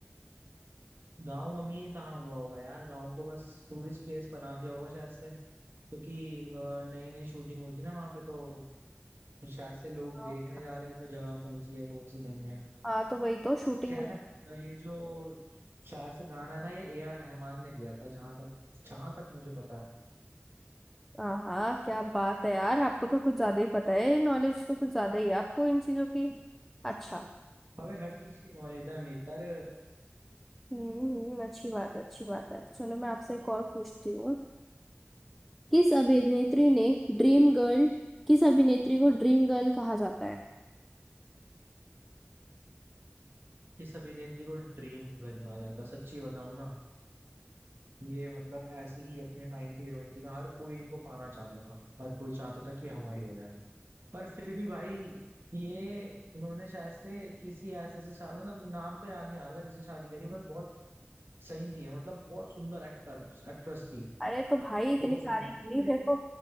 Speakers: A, on the right; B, in the centre.
A: गांव अमीर कहाँ हुआ होगा यार गांव को बस टूरिस्ट प्लेस बना दिया होगा शायद से क्योंकि नई नई शूटिंग हुई थी ना वहां पे तो शायद से लोग
B: हाँ।
A: देखने जा रहे होंगे जगह कौन सी है कौन सी नहीं है
B: हाँ तो वही तो शूटिंग
A: खैर अ, ये जो शायद से गाना है ना ये ए आर रहमान ने दिया था जहां तक जहां तक मुझे पता है
B: हाँ हाँ क्या बात है यार आपको तो कुछ ज्यादा ही पता है नॉलेज तो कुछ ज्यादा ही है आपको इन चीजों की अच्छा
A: हमें हर चीज की नॉलेज है नेतर
B: हम्म हम्म, अच्छी बात है अच्छी बात है चलो मैं आपसे एक और पूछती हूँ किस अभिनेत्री ने ड्रीम गर्ल किस अभिनेत्री को ड्रीम गर्ल कहा जाता है
A: किस अभिनेत्री को ड्रीम गर्ल कहा जाता है सच्ची बताऊं ना ये मतलब ऐसी ही अपने टाइम की हीरोइन थी ना हर कोई इनको पाना चाहता था हर कोई चाहता था कि हमारी हो जाए पर फिर भी भाई ये इन्होंने शायद से किसी ऐसे से शा- मतलब नाम तो याद नहीं आ रहा था किससे शादी करी बट बहुत सही थी ये, मतलब बहुत सुंदर एक्टर एक्ट्रेस थी
B: अरे तो भाई इतनी
A: बहुत
B: तारीफ
A: सुंदर तू
B: दी
A: भी
B: मेरे को